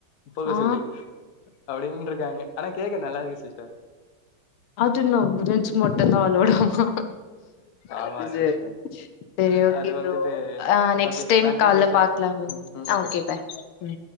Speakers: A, on the left; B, on the left.
A: போக
B: ஆ
A: சொல்லி அப்டின்னு இருக்காங்க ஆனா கேக்க நல்லாருக்கு சிஸ்டர்
B: அதென்ன <unintelligible> மட்டுந்தான் அலவ்டாமா
A: ஆமா
B: அது செரி
A: சிஸ்டர்
B: செரி ஓகே
A: அது வந்துட்டு
B: ப்ரோ ஆ நெக்ஸ்ட்
A: ஓகே
B: டைம்
A: தேங்க்யூ
B: கால்ல
A: சிஸ்டர்
B: பாக்கலாம் ப்ரோ
A: ம் ம்
B: ஓகே பாய் ம்